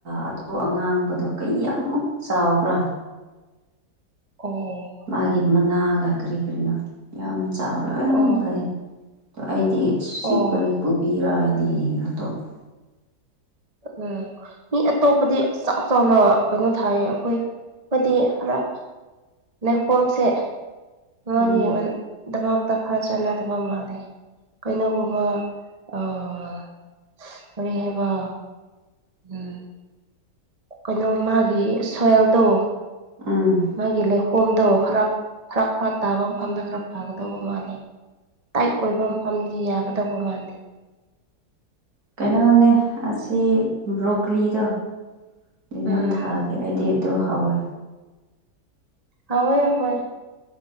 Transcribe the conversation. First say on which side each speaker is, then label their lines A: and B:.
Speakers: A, on the right (about 60°); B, on the right (about 25°).
A: ꯑꯗꯣ ꯑꯉꯥꯡꯕꯗꯣ ꯀꯩ ꯌꯥꯝꯃꯨꯛ ꯆꯥꯎꯕ꯭ꯔꯥ
B: ꯑꯣ
A: ꯃꯥꯒꯤ ꯃꯅꯥꯒ ꯀꯔꯤ ꯀꯔꯤꯅꯣ ꯌꯥꯝ ꯆꯥꯎꯔꯦ ꯌꯥꯝ
B: ꯑꯣ
A: ꯐꯩ ꯑꯗꯣ ꯑꯩꯗꯤ ꯁꯤ
B: ꯑꯣ
A: ꯀꯔꯤ ꯄꯨꯕꯤꯔꯥ ꯍꯥꯏꯅ ꯌꯦꯡꯉꯥꯒ ꯇꯣꯛꯄꯅꯦ
B: ꯎꯝ ꯃꯤ ꯑꯇꯣꯞꯄꯗꯤ ꯆꯥꯎ ꯆꯥꯎꯅ ꯀꯩꯅꯣ ꯊꯥꯏꯌꯦ ꯑꯩꯈꯣꯏ ꯑꯩꯈꯣꯏꯗꯤ ꯈꯔ ꯂꯩꯈꯣꯝꯁꯦ ꯉꯥꯒꯤ
A: ꯎꯝ
B: ꯗꯃꯛꯇ ꯈꯔ ꯆꯥꯟꯅꯗꯕ ꯃꯥꯜꯂꯦ ꯀꯩꯅꯣꯒꯨꯝꯕ ꯑꯥ ꯀꯔꯤ ꯍꯥꯏꯕ ꯎꯝ ꯀꯩꯅꯣ ꯃꯥꯒꯤ ꯁꯣꯏꯜꯗꯣ
A: ꯎꯝ
B: ꯃꯥꯒꯤ ꯂꯩꯈꯣꯝꯗꫭ ꯈꯔ ꯐꯔꯛ ꯐꯔꯛ ꯇꯥꯕ ꯃꯐꯝꯗ ꯈꯔ ꯐꯥꯒꯗꯧꯕ ꯃꯥꯜꯂꯦ ꯇꯥꯏꯠ ꯑꯣꯏꯕ ꯃꯐꯝꯗꯨꯗꯤ ꯌꯥꯒꯗꯧꯕ ꯃꯥꯟꯗꯦ
A: ꯀꯩꯅꯣꯝꯅꯦ ꯑꯁꯤ ꯕ꯭ꯔꯣꯀꯂꯤꯗꯣ ꯑꯗꯨ ꯌꯥꯝ
B: ꯎꯝ
A: ꯊꯥ ꯑꯦ ꯑꯩꯗꯤ ꯑꯗꯨ ꯍꯥꯎꯋꯦ
B: ꯍꯥꯎꯋꯦ ꯍꯣꯏ